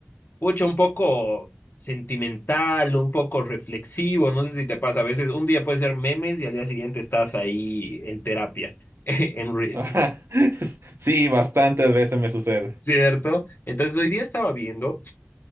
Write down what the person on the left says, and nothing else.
pucha, un poco sentimental, un poco reflexivo, no sé si te pasa, a veces un día puede ser memes y al día siguiente estás ahí en terapia, <laughs> en reel,
¿cierto? Entonces hoy día estaba viendo.